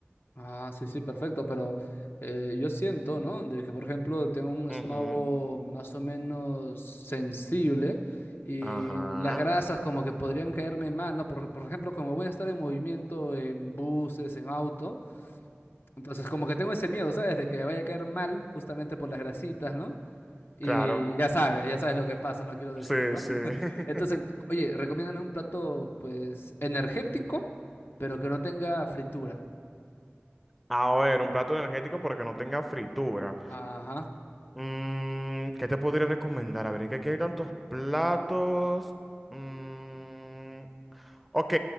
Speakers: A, on the left; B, in the centre.
A: Ah, sí, sí, perfecto, pero eh, yo siento, ¿no? De que, por ejemplo, tengo un
B: Ujú,
A: estómago más o menos sensible y
B: Ajá,
A: las grasas como que podrían caerme mal, ¿no? Por, por ejemplo, como voy a estar en movimiento en buses, en auto. Entonces, como que tengo ese miedo, ¿sabes? De que me vaya a caer mal justamente por las grasitas, ¿no? Y
B: claro.
A: ya sabes, ya sabes lo que pasa, no quiero decirlo.
B: Sí, sí.
A: <laughs>
B: <laughs>
A: Entonces, oye, recomiéndame un plato, pues, energético, pero que no tenga fritura.
B: A ver, un plato energético porque no tenga fritura.
A: Ajá.
B: Mm, ¿qué te podría recomendar? A ver, es que aquí hay tantos platos. Mm, ok,